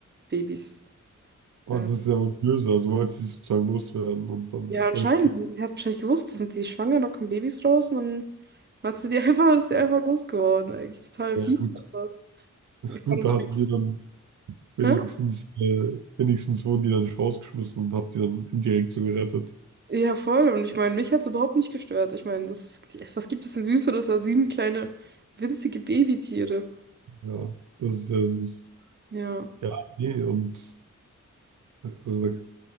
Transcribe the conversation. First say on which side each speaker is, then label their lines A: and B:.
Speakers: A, on the right; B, on the right.
A: Babys.
B: Oh,
A: Äh,
B: das ist ja wohl böse. Also wollt ihr sozusagen loswerden und dann
A: ja, anscheinend.
B: euch geben.
A: Sie, sie hat wahrscheinlich gewusst, da sind die schwanger, da kommen Babys raus und dann hat sie die <laughs> einfach, ist die einfach losgeworden. Eigentlich total
B: Ja,
A: fies,
B: gut,
A: aber ich
B: gut,
A: war natürlich.
B: da hattet ihr dann. Wenigstens,
A: Hä?
B: äh, wenigstens wurden die dann nicht rausgeschmissen und hab die dann indirekt so gerettet.
A: Ja, voll. Und ich meine, mich hat es überhaupt nicht gestört. Ich meine, das, was gibt es denn Süßeres als sieben kleine, winzige Babytiere?
B: Ja, das ist sehr süß.
A: Ja.
B: Ja, nee, und also, da